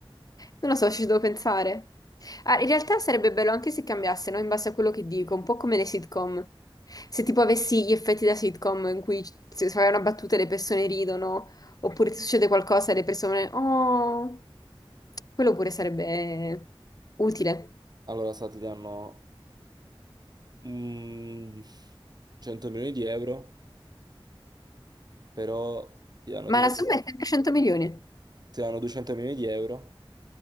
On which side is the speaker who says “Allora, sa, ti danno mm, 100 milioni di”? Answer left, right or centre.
Right